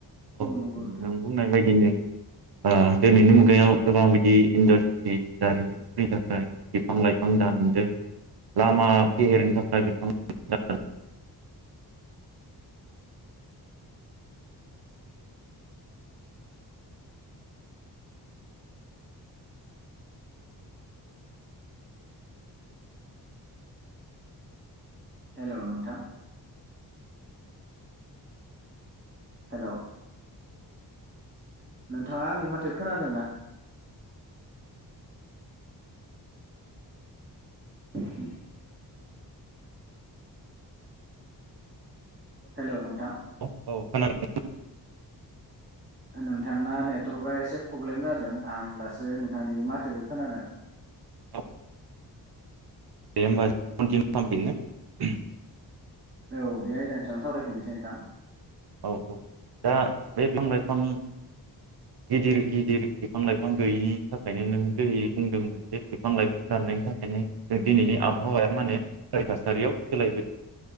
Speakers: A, on the right (about 70°); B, on the right (about 30°).
A: औ
B: नंगौ नोंथां
A: नों बुंनाय बायदिनो। आ दिनैनि मुगायाव गोबां बिदि इन्डास्ट्रि दारिमिननि थाखाय बिफां-लाइफां दानदों लामा फेहेरनो थाखाय बिफां - <inaudible>
B: हेल' नोंथां हेल' नोंथाङा आंनि माथो खोनादोंना? <inaudible> हेल' नोंथा
A: औ औ खोनादों
B: ओ नोंथांना नेटवर्कआ एसे प्रब्लेम जादों आं दासो नोंथांनि बे माथो खोनादों ।
A: औ दे होमबा खनथिनिउ खालामफिननो ।
B: औ बे आयदानि सायावनो सावरायफिननोसै नोंथां ।
A: औ औ दा बे बिफां लाइफां गिदिर गिदिर बिफां लाइफां गैयिनि थाखायनो नों दै बुंदोंमोन जे बिफां औ औ दा बे बिफां लाइफां गिदिर गिदिर बिफां लाइफां गैयैनि थाखायनो नों जेरै बुंदों जे बिफां लाइफां दाननायनि थाखायनो दिनैनि आबहावाया माने बेबायदि थासारियाव सोलायबोदों